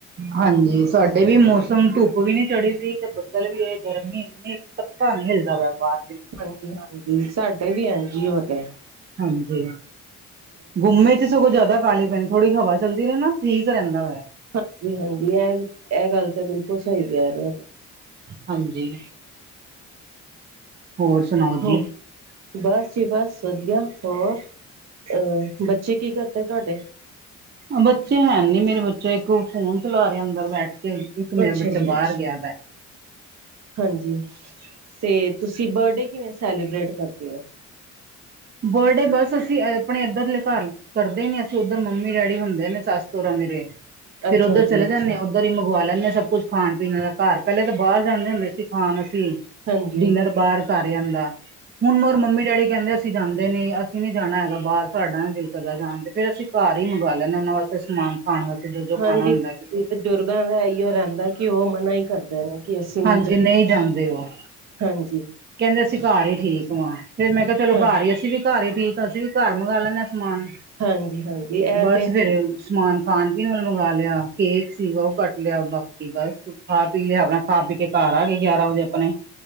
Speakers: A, on the right (about 35°); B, on the right (about 60°).
A: ਹਾਂਜੀ ਸਾਡੇ ਵੀ ਮੌਸਮ ਧੁੱਪ ਵੀ ਨੀ ਚੜ੍ਹੀ ਸੀ ਤੇ ਬੱਦਲ ਵੀ ਇਹਏ ਗਰਮੀ ਇਨੀ। ਪਤਾ ਨਹੀਂ ਹਿਲਦਾ ਵਪਾਰ
B: ਹਾਂਜੀ ਹਾਂਜੀ ਸਾਡੇ ਵੀ ਐਜੀ ਹੋ ਰਹੇ।
A: ਹਾਂਜੀ ਗੁੰਮੇ ਸਗੋਂ ਜ਼ਿਆਦਾ ਖੀ ਪਏ ਥੋੜੀ ਹਵਾ ਚੱਲਦੀ ਰਹੇ ਨਾ ਠੀਕ ਰਹਿੰਦਾ ਹੋਇਆ।
B: ਹਾਂਜੀ ਹਾਂਜੀ ਇਹ ਇਹ ਗੱਲ ਤੇ ਬਿਲਕੁਲ ਸਹੀ ਕਹਿ ਰਹੇ।
A: ਹਾਂਜੀ ਹੋਰ ਸੁਣਾਓ
B: ਹੋ।
A: ਜੀ?
B: ਬਸ ਜੀ ਬਸ ਵਧੀਆ ਹੋਰ ਅ ਬੱਚੇ ਕੀ ਕਰਦੇ ਤੁਹਾਡੇ
A: ਬੱਚੇ ਹੈ ਨੀ ਮੇਰੇ ਬੱਚੇ ਇੱਕ ਫੋਨ ਚਲਾ ਰਹਾ ਅੰਦਰ ਬੈਠ ਕੇ ਇੱਕ ਮੇਰਾ
B: ਅੱਛਾ
A: ਬੱਚਾ
B: ਜੀ
A: ਬਾਹਰ
B: ਅੱਛਾ
A: ਗਿਆ ਦਾ।
B: ਹਾਂਜੀ ਤੇ ਤੁਸੀਂ ਬਰਡੇ ਕਿਵੇਂ ਸੈਲੀਬ੍ਰੇਟ ਕਰਦੇ ਹੋ।
A: ਬੋਲਡੇ ਬਸ ਅਸੀਂ ਆਪਣੇ ਇੱਧਰਲੇ ਭਰ ਲ ਕਰਦੇ ਨੀ ਅਸੀਂ ਉੱਧਰ ਮੰਮੀ ਡੈਡੀ ਹੁੰਦੇ ਨੇ ਸੱਸ ਸੋਰਾ ਮੇਰੇ ਫੇਰ
B: ਅੱਛਾ
A: ਉੱਧਰ
B: ਜੀ
A: ਚਲੇ
B: ਅੱਛਾ,
A: ਜਾਂਦੇ ਹਾਂ। ਉੱਧਰ ਹੀ ਮੰਗਵਾ ਲੈਂਦੇ ਹਾਂ ਸਭ ਕੁੱਝ ਖਾਣ ਪੀਣ ਵਾਲ ਦਾ ਘਰ ਪਹਿਲੇ ਤਾਂ ਬਾਹਰ ਜਾਂਦੇ ਹੁੰਦੇ ਸੀ ਖਾਣ ਅਸੀਂ
B: ਹਾਂਜੀ-ਹਾਂਜੀ।
A: ਡਿਨਰ ਬਾਹਰ ਕਰੇ ਅਦਾ ਐ। ਹੁਣ ਮਰ ਮੰਮੀ ਡੈਡੀ ਕਹਿੰਦੇ ਅਸੀਂ ਜਾਂਦੇ ਨੀ ਅਸੀਂ ਨਹੀਂ ਜਾਣਾ ਹੈਗਾ। ਬਾਹਰ ਸਾਡਾ ਨਾ ਦਿਲ ਕਰਦਾ ਜਾਣ ਤੇ, ਫਿਰ ਅਸੀਂ ਘਰ ਹੀ ਮੰਗਵਾ ਲੈਂਦੇ ਉਹਨਾਂ ਵਾਸਤੇ ਸਮਾਨ। ਖਾਣ ਵਾਸਤੇ ਜੋ ਜੋ ਖਾਣਾ
B: ਹਾਂਜੀ।
A: ਹੁੰਦਾ ਕਿਸੇ
B: ਬਜ਼ੁਰਗਾਂ
A: ਨੇ।
B: ਦਾ ਇਹੀ ਓ ਰਹਿੰਦਾ ਕਿ, ਉਹ ਮਨਾ ਹੀ ਕਰਦੇ ਨੇ ਕਿ ਅਸੀਂ
A: ਹਾਂਜੀ
B: ਜਾ
A: ਨਹੀਂ ਜਾਂਦੇ ਉਹ
B: ਹਾਂਜੀ
A: ਕਹਿੰਦੇ ਅਸੀਂ ਘਰ ਹੀ ਠੀਕ ਹਾਂ, ਫੇਰ ਮੈਂ ਕਿਹਾ ਚਲੋ
B: ਹਾਂ
A: ਘਰ ਹੀ ਅਸੀਂ ਵੀ ਘਰ ਹੀ ਠੀਕ ਹਾਂ ਅਸੀਂ ਵੀ ਘਰ ਮੰਗਵਾ ਲੈਂਦਾ ਸਮਾਨ।
B: ਹਾਂਜੀ ਹਾਂਜੀ ਇਹ
A: ਬਸ
B: ਤੇ ਹੈ
A: ਫੇਰ ਸਮਾਨ ਖਾਣ ਪੀਣ ਨਾਲ ਮੰਗਵਾ ਲਿਆ। ਕੇਕ ਸੀਗਾ ਉਹ ਕੱਟ ਲਿਆ। ਬਾਕੀ ਬਸ ਖਾ ਪੀ ਲਿਆ ਆਪਣਾ ਖਾ ਪੀ ਕੇ ਘਰ ਆ ਗਏ, ਗਿਆਰਾਂ ਵਜੇ ਆਪਣੇ